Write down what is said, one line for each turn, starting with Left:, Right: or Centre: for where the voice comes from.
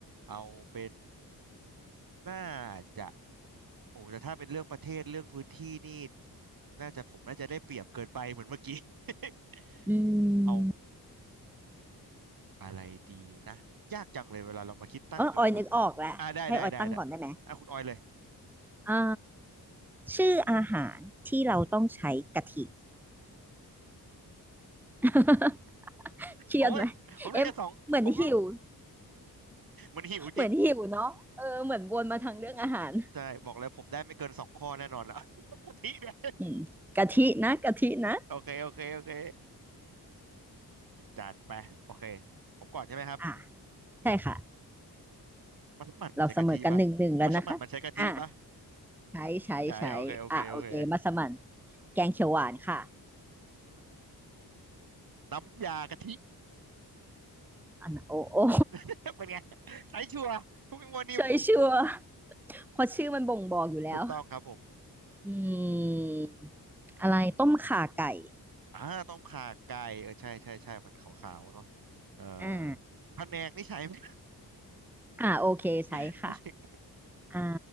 Right: เอาเป็นน่าจะโอ้แต่ถ้าเป็นเรื่องประเทศเรื่องพื้นที่นี่น่าจะผมน่าจะได้เปรียบเกินไปเหมือนเมื่อกี้ <laughs>
Centre: อื
Right: เอา
Centre: ม
Right: อะไรดีนะยากจังเลยเวลาเรามาคิดตั้งโจทย์ครับ
Centre: เออออยนึกออกแล้วให้ออยตั้งก่อนได้ไหม
Right: อ่าได้ได้ได้ได้อ่ะคุณออยเลย
Centre: อ่าชื่ออาหารที่เราต้องใช้กะทิ <laughs> เครียดไหม
Right: ผมว่าผมได้กันสองผม
Centre: เอ็มเหมือนหิว
Right: มันหิวจริง
Centre: เหมือนหิวเนาะเออเหมือนวนมาทางเรื่องอาหาร
Right: ใช่บอกเลยผมได้ไม่เกินสองข้อแน่นอนละ <laughs> กะทิเนี่ย
Centre: อืมกะทินะกะทินะ
Right: โอเคโอเคโอเคจัดไปโอเคผมก่อนใช่ไหมครับ
Centre: อ่าใช่ค่ะ
Right: มันมันมันใช้กะทิปะมันสมันมันใช้กะทิปะ
Centre: เราเสมอกันหนึ่งหนึ่งแล้วนะคะอ่าใช้ใช้ใช้อ่าโอเคมัสมั่น
Right: ใช่โอเคโอเคโอเค
Centre: แกงเขียวหวานค่ะ
Right: อืมน้ำยากะทิ
Centre: อันน่ะโอ้โอ้
Right: <laughs> เป็นไงใช้ชัวร์ไม่มัวนิ่ม
Centre: <laughs> ใช่ชัวร์เพราะชื่อมันบ่งบอกอยู่แล้ว
Right: ถูกต้องครับผม
Centre: อืมอะไรต้มข่าไก่
Right: อ่าต้มข่าไก่เออใช่ใช่ใช่มันขาวๆเนาะเออ
Centre: อ่า
Right: พะแนงนี่ใช้ไหม
Centre: อ่าโอเคใช้ค่ะ
Right: <laughs>
Centre: อ่า